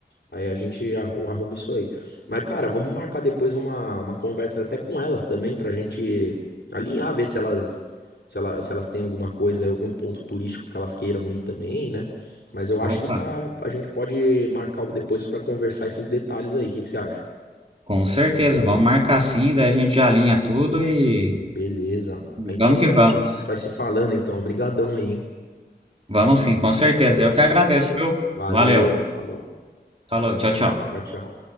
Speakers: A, on the left; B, on the right.
A: Aí a gente já arruma isso aí. Mas, cara, vamos marcar depois uma, uma conversa até com elas também, pra gente alinhar, ver se elas, se elas, se elas têm alguma coisa, algum ponto turístico que elas queiram ir também, né? Mas eu acho
B: Opa,
A: que tá, a gente pode marcar depois pra conversar esses detalhes aí. O que que você acha?
B: com certeza. Vamos marcar sim, daí a gente já alinha tudo e
A: Beleza. A gente
B: vamos
A: vai,
B: que vamos.
A: a gente vai se falando então. Obrigadão aí, hein?
B: Vamos sim, com certeza.
A: Fechou.
B: Eu que agradeço, viu?
A: Valeu,
B: Valeu.
A: falou.
B: Falou, tchau, tchau.
A: Tchau, tchau.